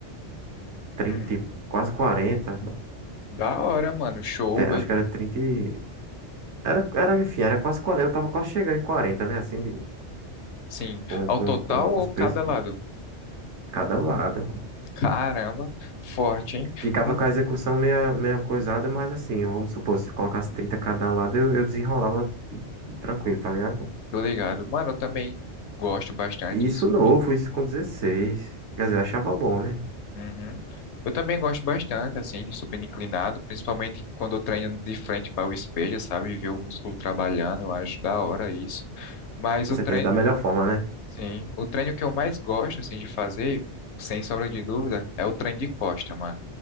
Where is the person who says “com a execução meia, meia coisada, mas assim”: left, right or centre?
Right